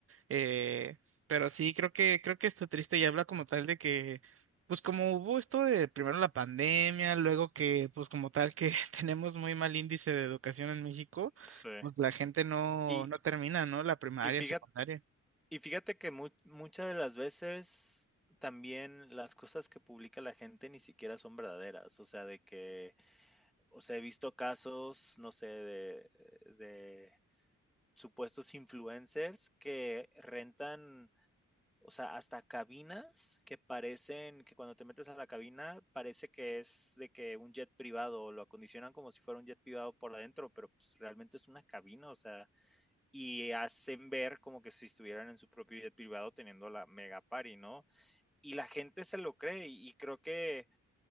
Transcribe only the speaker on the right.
Eh, pero sí, creo que, creo que está triste y habla como tal de que, pues como hubo esto de primero la pandemia, luego que, pues como tal que <laughs> tenemos muy mal índice de educación en México,
pues la gente no,
no termina, ¿no? La primaria,
secundaria.